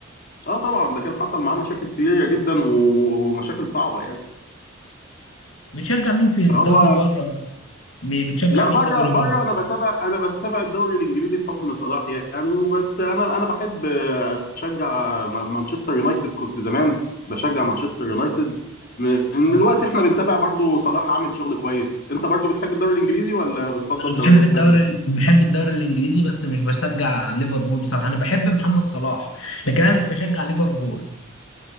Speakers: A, on the left; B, on the left.
A: اه طبعا ده كان حصل معاه مشاكل كتيرة جدا و- ومشاكل صعبة يعني
B: بتشجع مين في الدوري
A: فهو
B: بره م- بتشجع
A: لا
B: مين
A: بره
B: دوري
A: بره
B: بره
A: انا بتابع انا بتابع الدوري الانجليزي بحكم صلاح يعني وبس انا انا بحب اشجع م- مانشستر يونايتد كنت زمان بشجع مانشستر يونايتد من
B: اه
A: الوقت احنا بنتابع برضو صلاح عامل شغل كويس انت برضو بتحب الدوري الانجليزي ولا بتفضل
B: انا
A: دوريات
B: بحب الدوري
A: تانية
B: بحب الدوري الانجليزي بس مش بشجع ليفربول بصراحه انا بحب محمد صلاح لكن انا مش بشجع ليفربول